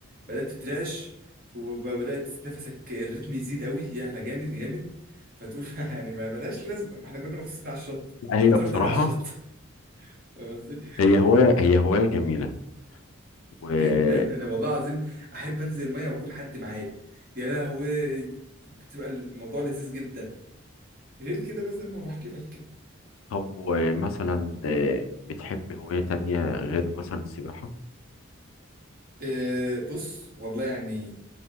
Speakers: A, on the right (about 45°); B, on the left (about 75°).
A: بدات تترعش وبدات نفسك الريتم يزيد قوي يعلى جامد جامد فتقول <laughs> يعني ما ملهاش لازمه ما احنا كنا مبسوطين على الشط
B: لا، هي
A: فتروح
B: بصراحة
A: تاني على الشط فاهم قصدي <laughs>
B: هي هواية هي هواية جميلة و
A: جدا انا والله العظيم احب انزل ميه واكون حد معايا يا لهوي بتبقى الموضوع لذيذ جدا غير كده بقى زي ما بحكي لك كده
B: طب ومثلا آه، بتحب هواية تانية غير مثلا السباحة؟
A: أه بص والله يعني